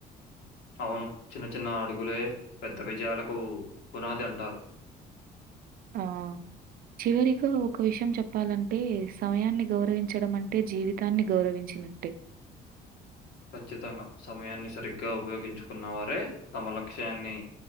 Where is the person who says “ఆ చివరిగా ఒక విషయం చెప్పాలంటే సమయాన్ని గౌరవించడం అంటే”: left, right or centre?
Right